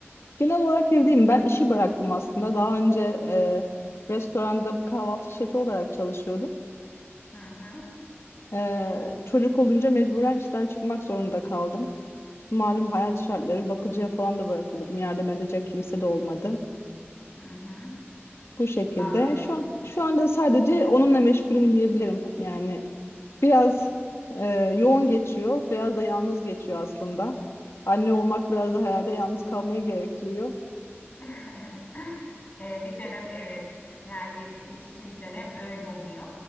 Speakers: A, on the left (about 70°); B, on the left (about 35°).
A: Genel olarak evdeyim. Ben işi bıraktım aslında. Daha önce e, restoranda kahvaltı şefi olarak çalışıyordum.
B: Hı hı,
A: Ee, çocuk olunca mecburen işten çıkmak zorunda kaldım. Malum hayat şartları bakıcıya falan da bırakamadım. Yardım edecek kimse de olmadı.
B: hı hı.
A: Bu şekilde
B: Anlıyorum.
A: şu an şu anda sadece onunla meşgulüm diyebilirim. Yani biraz e, yoğun geçiyor, biraz da yalnız geçiyor aslında. Anne olmak biraz da herhalde yalnız kalmayı gerektiriyor.
B: <laughs> E, Bir dönem evet yani e, geçici bir dönem öyle oluyor.